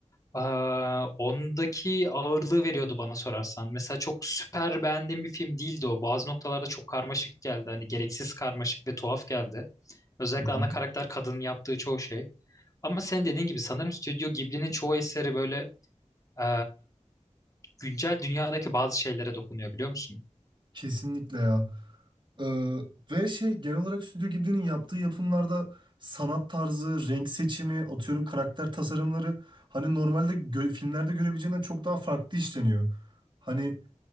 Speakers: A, on the left; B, on the right.
A: Aa, ondaki ağırlığı veriyordu bana sorarsan. Mesela çok süper beğendiğim bir film değildi o. Bazı noktalarda çok karmaşık geldi. Hani gereksiz karmaşık ve tuhaf geldi. Özellikle
B: Hı hı.
A: ana karakter kadının yaptığı çoğu şey. Ama sen dediğin gibi sanırım Stüdyo Ghibli'nin çoğu eseri böyle e, güncel dünyadaki bazı şeylere dokunuyor biliyor musun?
B: Kesinlikle ya. Ee, ve şey genel olarak Stüdyo Ghibli'nin yaptığı yapımlarda sanat tarzı, renk seçimi, atıyorum karakter tasarımları hani normalde gö- filmlerde görebileceğinden çok daha farklı işleniyor. Hani